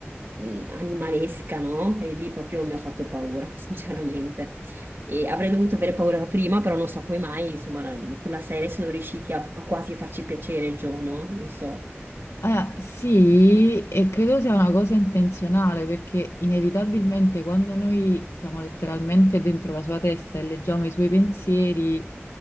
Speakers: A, on the right (about 55°); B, on the left (about 85°).
A: mh, animalesca, no? E lì proprio mi ha fatto paura, <laughs> sinceramente. E avrei dovuto avere paura da prima, però non so come mai, insomma, con la serie sono riusciti a, a quasi farci piacere il giorno, non so.
B: Allora, sì, e credo sia una cosa intenzionale perché inevitabilmente quando noi siamo letteralmente dentro la sua testa e leggiamo i suoi pensieri,